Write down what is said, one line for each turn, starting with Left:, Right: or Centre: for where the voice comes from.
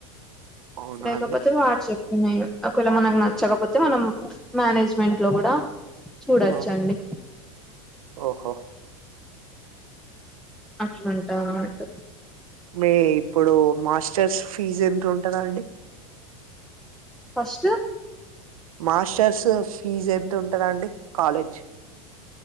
Right: అవునా
Centre: లేకపోతే
Right: అండి
Centre: వాట్ చెప్ నయ్ ఒకవేళ మనకు నచ్చకపోతే మనం మేనేజ్మెంట్ లో కూడా చూడొచ్చండి
Right: ఓ, ఓహో
Centre: అట్లుంటదన్నమాట
Right: మీ ఇప్పుడు మాస్టర్స్ ఫీజ్ ఎంత ఉంటది అండి
Centre: ఫస్ట్
Right: మాస్టర్స్ ఫీజ్ ఎంత ఉంటదండి కాలేజ్